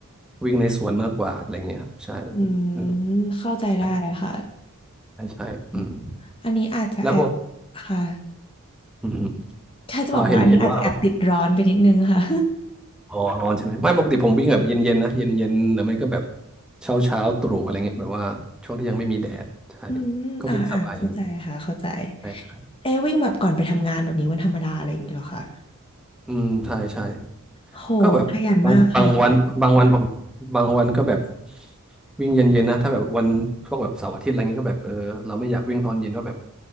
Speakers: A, in the centre; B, on the left (about 25°).
A: วิ่งในสวนมากกว่าอะไรเงี้ยครับใช่
B: อืม
A: เออ
B: เข้าใจได้ค่ะ
A: ใช่ใช่ใช่อืม
B: อมอันนี้อาจจะแอบ
A: แล้วปก
B: ค่ะ
A: อืม
B: แค่จะบอกว่าอันนี้อาจจะแอบติดร้อนไปนิดนึงค่ะ
A: เออเห็นเห็นว่าอ๋อร้อนใช่ไหมไม่ปกติผมวิ่งแบบเย็นๆนะเย็นๆหรือไม่ก็แบบเช้าเช้าตรู่อะไรเงี้ยแบบว่าช่วงที่ยังไม่มีแดดใช่
B: อืมอ่าอ่าเข้าใจค่ะเข้าใจ
A: ก็วิ่งสบายดีใช่ใช่
B: เอะวิ่งแบบก่อนไปทำงานแบบนี้วันธรรมดาอะไรอย่างนี้เหรอคะ
A: อืมใช่ใช่
B: โหขยันมากค่ะ
A: ก็แบบบางบางวันบางวันผมบางวันก็แบบวิ่งเย็นๆนะถ้าแบบวันพวกแบบเสาร์อาทิตย์อะไรเงี้ยก็แบบเออเราไม่อยากวิ่งตอนเย็นว่าแบบ